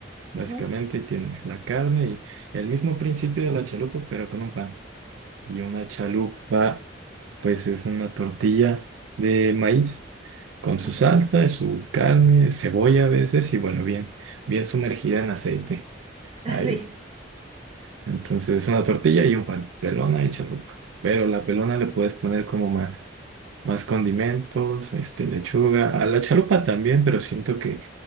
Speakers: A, on the right; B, on the right.
A: básicamente,
B: Ujú,
A: y tiene la carne y el mismo principio de la chalupa, pero con un pan. Y una chalupa, pues es una tortilla de maíz con su
B: ujú.
A: salsa y su carne, cebolla a veces y bueno, bien, bien sumergida en aceite.
B: <laughs>
A: Ahí.
B: Sí.
A: Entonces, una tortilla y un pan, pelona y chalupa. Pero la pelona le puedes poner como más, más condimentos, este, lechuga, a la chalupa también, pero siento que